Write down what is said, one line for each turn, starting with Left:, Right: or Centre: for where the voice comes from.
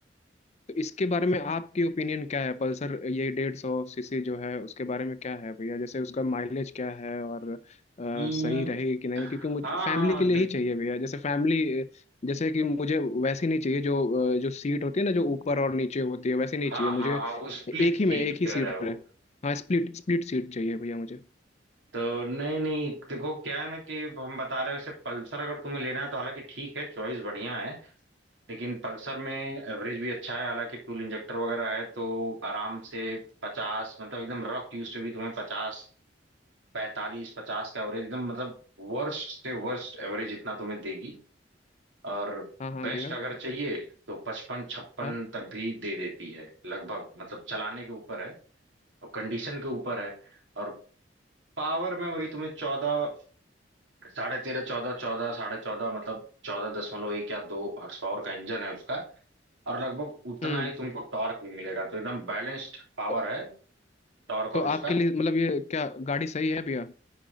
Left: तो इसके बारे में आपकी ओपिनियन क्या है पल्सर ये डेढ़ सौ सीसी जो है उसके बारे में क्या है भैया जैसे उसका माइलेज क्या है और अ,
Right: हम्म,
Left: सही रहेगी कि नहीं क्योंकि मुझे
Right: हाँ
Left: फैमिली
Right: हाँ
Left: के लिए
Right: देख
Left: ही चाहिए भैया जैसे फैमिली जैसे कि मुझे वैसी नहीं चाहिए जो अ, जो सीट होती है ना जो ऊपर और नीचे होती है वैसी नहीं
Right: हाँ
Left: चाहिए मुझे
Right: हाँ हाँ वो स्प्लिट
Left: एक
Right: सीट
Left: ही में एक ही
Right: कह
Left: सीट
Right: रहे हो
Left: रहे हाँ स्प्लिट स्प्लिट सीट चाहिए भैया मुझे
Right: तो नहीं नहीं देखो क्या है ना कि हम बता रहे हैं वैसे पल्सर अगर तुम्हें लेना है तो हालांकि ठीक है चॉइस बढ़िया है लेकिन पल्सर में एवरेज भी अच्छा है हालांकि फ्यूल इंजेक्टर वगैरह है तो आराम से पचास मतलब एकदम रफ यूज से भी तुम्हें पचास पैंतालीस पचास का एवरेज एकदम मतलब वर्स्ट से वर्स्ट एवरेज इतना तुम्हें देगी और
Left: हाँ हाँ
Right: बेस्ट
Left: भैया
Right: अगर चाहिए तो पचपन छप्पन
Left: हाँ
Right: तक भी दे देती है लगभग मतलब चलाने के ऊपर है और कंडीशन के ऊपर है और पावर में वही तुम्हें चौदह साढ़े तेरह चौदह चौदह साढ़े चौदह मतलब चौदह दशमलव एक या दो हॉर्स पावर का इंजन है उसका और लगभग उतना
Left: हम्म
Right: ही तुमको टॉर्क भी मिलेगा तो एकदम बैलेंस्ड पावर
Left: तो
Right: है टॉर्क
Left: तो
Right: और उसका
Left: आपके लिए मतलब ये क्या गाड़ी सही है भैया